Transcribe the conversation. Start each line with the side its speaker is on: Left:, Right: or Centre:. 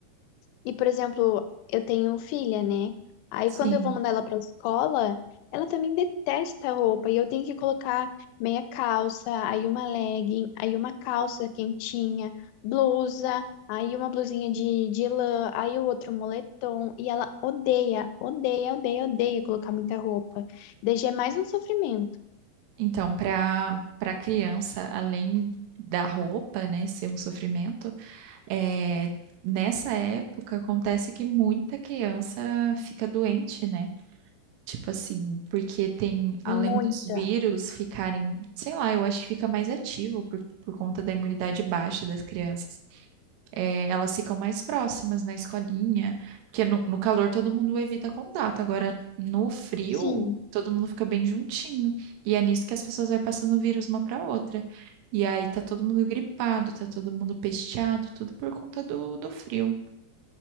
Left: E, por exemplo, eu tenho filha, né? Aí
Right: Sim.
Left: quando eu vou mandar ela pra escola, ela também detesta a roupa e eu tenho que colocar meia calça, aí uma legging, aí uma calça quentinha, blusa, aí uma blusinha de, de lã, aí o outro moletom. E ela odeia, odeia, odeia, odeia colocar muita roupa. Daí já é mais um sofrimento.
Right: Então, para para criança, além da roupa, né, ser um sofrimento, é, nessa época acontece que muita criança fica doente, né? Tipo assim, porque tem, além
Left: Muita.
Right: dos vírus ficarem, sei lá, eu acho que fica mais ativo por, por conta da imunidade baixa das crianças. É, elas ficam mais próximas na escolinha, porque no, no calor todo mundo evita contato, agora no frio
Left: Sim.
Right: todo mundo fica bem juntinho. E é nisso que as pessoas vão passando o vírus uma para outra. E aí tá todo mundo gripado, tá todo mundo pesteado, tudo por conta do, do frio.